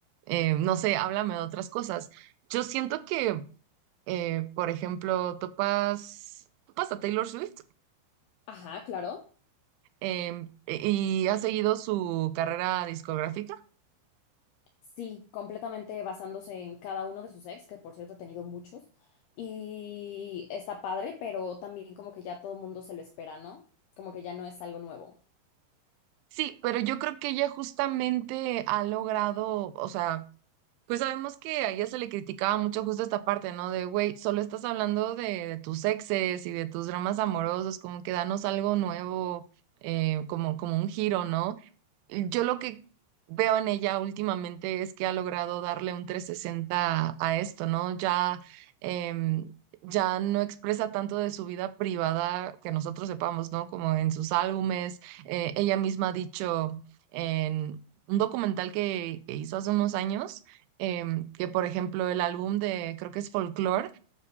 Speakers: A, on the right; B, on the left.
A: eh, no sé, háblame de otras cosas. Yo siento que, eh, por ejemplo, topas, topas a Taylor Swift
B: Ajá, claro.
A: em, y ha seguido su carrera discográfica.
B: Sí, completamente basándose en cada uno de sus ex, que por cierto ha tenido muchos. Y está padre, pero también como que ya todo el mundo se lo espera, ¿no? Como que ya no es algo nuevo.
A: Sí, pero yo creo que ella justamente ha logrado, o sea, Pues sabemos que a ella se le criticaba mucho justo esta parte, ¿no? De, güey, solo estás hablando de, de tus exes y de tus dramas amorosos, como que danos algo nuevo, eh, como, como un giro, ¿no? Yo lo que veo en ella últimamente es que ha logrado darle un 360 a esto, ¿no? Ya, em, ya no expresa tanto de su vida privada que nosotros sepamos, ¿no? Como en sus álbumes. Eh, ella misma ha dicho en un documental que, que hizo hace unos años em, que por ejemplo el álbum de, creo que es Folklore,